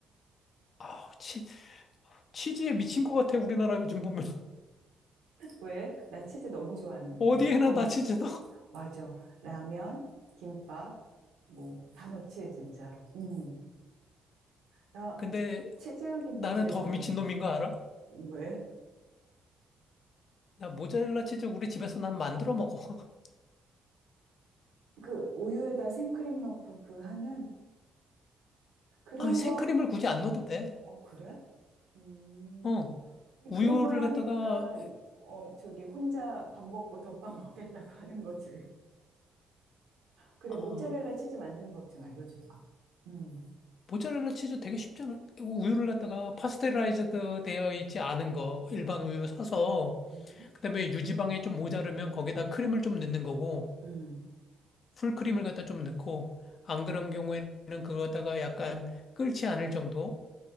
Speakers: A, on the left; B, on the right.
A: 아, 치, 치즈에 미친 것 같아, 우리나라 요즘 보면. <laughs>
B: 왜? 나 치즈 너무 좋아하는데.
A: 어디에나
B: 어,
A: 다 치즈 넣어.
B: 맞아. 라면, 김밥, 뭐, 다 넣지, 진짜. 음. 나
A: 근데
B: 기- 치즈 김밥
A: 나는
B: 제일
A: 더
B: 좋아하는데.
A: 미친 놈인 거 알아?
B: 왜?
A: 나 모짜렐라 치즈 우리 집에서 난 만들어 먹어. <laughs>
B: 그 우유에다 생크림 넣고 그 하는 그런
A: 아, 생크림을
B: 거,
A: 굳이 안 넣어도 돼.
B: 어, 그래? 음.
A: 어,
B: 아니,
A: 우유를
B: 그런 걸 하니까,
A: 갖다가
B: 어, 저기 혼자 밥 먹고 덮밥 먹겠다고 하는 거지. 그래,
A: 아,
B: 모짜렐라 치즈 만드는 법 좀 알려줘봐. 음.
A: 모짜렐라 치즈 되게 쉽잖아. 우유를 갖다가 파스테라이즈드 되어 있지 않은 거 일반 우유 사서
B: 음.
A: 그다음에 유지방이 좀 모자르면 거기다 크림을 좀 넣는 거고
B: 음.
A: 풀크림을 갖다 좀 넣고 안 그런 경우에는 그거 갖다가 약간 끓지 않을 정도